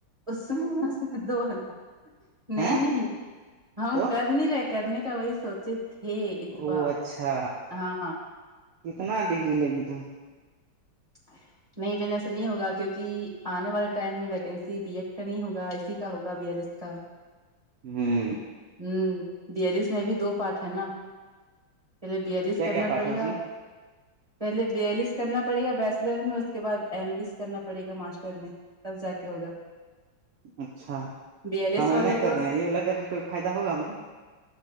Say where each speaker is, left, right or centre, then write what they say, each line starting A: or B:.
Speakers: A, on the right; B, on the right.
A: اس میں اس دو ہلہ نہیں
B: ہیں
A: نہیں ہم
B: تو
A: کر نہیں رہے کرنے کا وہی سوچ تھے اس
B: او
A: بار
B: اچھا
A: ہاں
B: کتنا ڈگری لگی ت
A: <unintelligible> نہیں دن ایسا نہیں ہوگا کیوںکہ آنے والے ٹائم میں ویکینسی بی ایڈ کا نہیں ہوگا ای کا ہوگا بی ایڈ ای کا <unintelligible>
B: ہوں
A: ہوں بیلس میں بھی دو پارٹ ہے نا پہلے بیالیس
B: کیا
A: کرنا
B: کیا پاٹ
A: پڑے
B: ہے اس
A: گا
B: میں
A: پہلے بیالیس کرنا پڑے گا ویسے میں اس کے بعد ایم لس کرنا پڑے گا ماسٹر میں تب جا کے ہوگا
B: اچھا
A: بی ایل ایس
B: ہم
A: والا
B: ایم آئی
A: دوست
B: کر رہے ہیں یہ واللا کر کے کوئی فائدہ ہوگا ہم کو